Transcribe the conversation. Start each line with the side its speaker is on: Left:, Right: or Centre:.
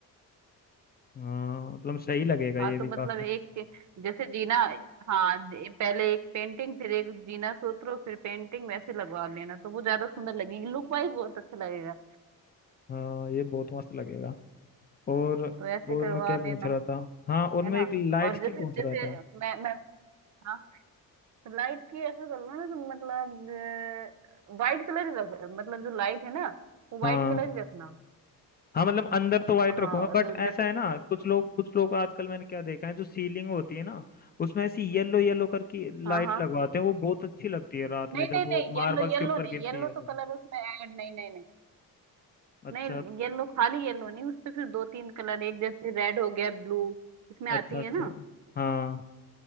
Left: हाँ मतलब सही लगेगा
Right: हाँ
Left: ये
Right: तो
Left: भी
Right: मतलब
Left: काफी
Right: एक जैसे जीना हाँ दे- पहले एक पेंटिंग फिर एक जीना सूत्र फिर पेंटिंग वैसे लगवा लेना तो वो ज्यादा सुंदर लगेगी लुक वाइज बहुत अच्छा लगेगा
Left: हाँ ये बहुत मस्त लगेगा और
Right: तो ऐसे
Left: और
Right: करवा
Left: मैं क्या पूछ
Right: लेना
Left: रहा था हाँ और
Right: है
Left: मैं
Right: ना
Left: एक लाइट्स
Right: और जैसे
Left: की पूछ
Right: जैसे
Left: रहा था
Right: मैं मैं हाँ तो लाइट की ऐसा कर लो ना तो मतलब वाइट कलर ही रख मतलब जो लाइट है ना वो वाइट
Left: हाँ
Right: कलर ही रखना
Left: हाँ मतलब अंदर तो वाइट
Right: हाँ
Left: रखूंगा
Right: और
Left: बट ऐसा
Right: जैसे
Left: है ना कुछ लोग कुछ लोग आजकल मैंने क्या देखा है जो सीलिंग होती है ना उसमें ऐसी येलो येलो कर की
Right: हाँ
Left: लाइट
Right: हाँ
Left: लगवाते हैं वो बहुत अच्छी लगती है रात में
Right: नहीं
Left: जब
Right: नहीं
Left: वो
Right: नहीं
Left: मार्बल्स
Right: येलो येलो
Left: के ऊपर
Right: नहीं
Left: गिरती
Right: येलो
Left: है तो
Right: तो कलर उसमें ऐड नहीं नहीं नहीं
Left: अच्छा
Right: नहीं येलो खाली येलो नहीं उसपे फिर दो तीन कलर एक जैसे रेड हो गया ब्लू इसमें आती
Left: अच्छा अच्छा
Right: है ना
Left: हाँ